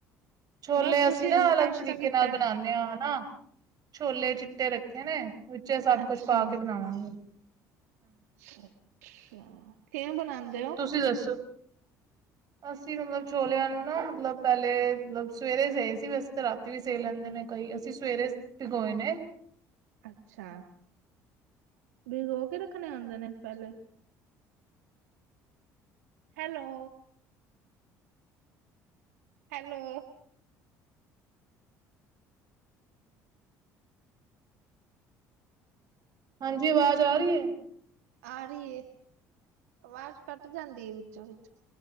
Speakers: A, on the right; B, on the right.
A: ਛੋਲੇ
B: ਬਸ ਤੁਸੀਂ
A: ਅਸੀਂ ਨਾ
B: ਹੁਣ
A: ਅਲੱਗ
B: ਨਾਸ਼ਤਾ
A: ਤਰੀਕੇ
B: ਕੀਤਾ?
A: ਨਾਲ ਬਨਾਣੇ ਆਂ ਨਾ ਛੋਲੇ ਚਿੱਟੇ ਰੱਖੇ ਨੇ ਵਿੱਚੇ ਸਭ
B: ਅੱਛਾ
A: ਕੁਛ ਪਾ ਕੇ ਬਨਾਵਾਂਗੀ।
B: ਅੱਛਾ-ਅੱਛਾ, ਕਿਵੇਂ ਬਣਾਦੇ ਓ?
A: ਤੁਸੀਂ ਦੱਸੋ? ਅਸੀਂ ਮਤਲਬ ਛੋਲੇਆਂ ਨੂੰ ਨਾ ਮਤਲਬ ਪਹਿਲੇ ਮਤਲਬ ਸਵੇਰੇ ਸਈ ਸੀ ਬਸ ਤਾਂ ਰਾਤੀ ਵੀ ਸਈ ਲੈਂਦੇ ਨੇ। ਕਈ ਅਸੀਂ ਸਵੇਰੇ ਭੀਗੋਏ ਨੇ
B: ਅੱਛਾ, ਭੀਗੋਕੇ ਰੱਖਣੇ ਹੁਦੇ ਨੇ ਪੈੱਲੇ ਹੈਲੋ। ਹੈਲੋ।
A: ਹਾਂਜੀ, ਆਵਾਜ ਆ ਰਈ ਆ?
B: ਆ ਰਈ ਏ। ਆਵਾਜ ਕੱਟ ਜਾਂਦੀ ਏ ਵਿੱਚੋਂ-ਵਿੱਚੋਂ